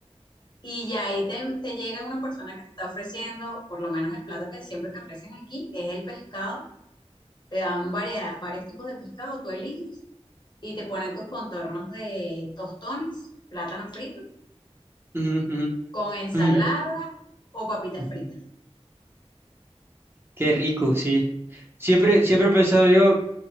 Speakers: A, on the left; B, on the right.
A: Y ya ahí te, te llega una persona que te está ofreciendo, por lo menos el plato que siempre te ofrecen aquí, es el pescado. Te dan variedad, varios tipos de pescado, tú eliges y te ponen tus contornos de tostones, plátano frito,
B: ujú, ujú,
A: con ensalada
B: ujú,
A: o papitas
B: ujú.
A: fritas.
B: Qué rico, sí. Siempre, siempre he pensado yo,